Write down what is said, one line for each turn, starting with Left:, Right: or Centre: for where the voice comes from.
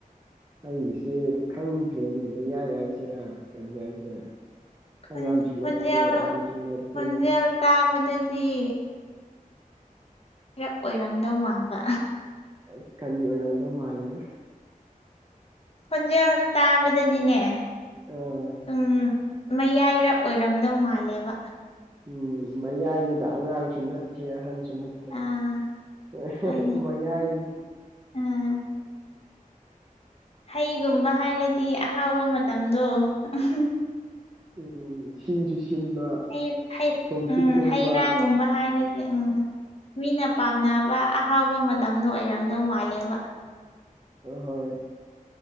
Right: ꯑꯩꯁꯦ ꯈꯪꯗ꯭ꯔꯦꯅꯦ ꯃꯌꯥꯏ ꯍꯥꯏꯁꯤꯔꯥ ꯀꯔꯤ ꯍꯥꯏꯁꯤꯔꯥ
Left: ꯈꯣꯟ
Right: ꯑꯉꯥꯡꯁꯨ
Left: ꯈꯣꯟꯖꯦꯜ
Right: ꯅꯠꯇ꯭ꯔꯦ ꯑꯍꯟꯁꯨ ꯅꯠꯇ꯭ꯔꯦ
Left: ꯈꯣꯟꯖꯦꯜ ꯇꯥꯕꯗꯗꯤ ꯔꯞ ꯑꯣꯏꯔꯝꯗꯧ ꯃꯥꯟꯕ
Right: ꯑꯩ ꯀꯔꯤ ꯑꯣꯏꯔꯝꯗꯧ ꯃꯥꯜꯂꯦꯕ
Left: ꯈꯣꯟꯖꯦꯜ ꯇꯥꯕꯗꯗꯤꯅꯦ
Right: ꯑꯥ
Left: ꯁꯨꯝ ꯃꯌꯥꯏꯔꯞ ꯑꯣꯏꯔꯝꯗꯧ ꯃꯥꯜꯂꯦꯕ
Right: ꯎꯝ ꯃꯌꯥꯏꯅꯤꯗ ꯑꯉꯥꯡꯁꯨ ꯅꯠꯇ꯭ꯔꯦ ꯑꯍꯟꯁꯨ ꯅꯠꯇ꯭ꯔꯦ
Left: ꯑꯥ
Right: <unintelligible>
Left: ꯍꯣꯏꯅꯦ
Right: ꯃꯌꯥꯏꯒꯤ
Left: ꯑꯥ ꯍꯩꯒꯨꯝꯕ ꯍꯥꯏꯔꯗꯤ ꯑꯍꯥꯎꯕ ꯃꯇꯝꯗꯣ <unintelligible>
Right: ꯎꯝ ꯁꯤꯟꯁꯨ ꯁꯤꯟꯕ
Left: ꯍꯩ ꯍꯩ
Right: ꯊꯨꯝꯁꯨ
Left: ꯎꯝ
Right: ꯊꯨꯝꯕ
Left: ꯍꯩꯔꯥꯒꯨꯝꯕ ꯍꯥꯏꯔꯗꯤ ꯎꯝ ꯃꯤꯅ ꯄꯥꯝꯅꯕ ꯑꯍꯥꯎꯕ ꯃꯇꯝꯗꯣ ꯑꯣꯏꯔꯝꯗꯧ ꯃꯥꯜꯂꯦꯕ
Right: ꯍꯣꯏ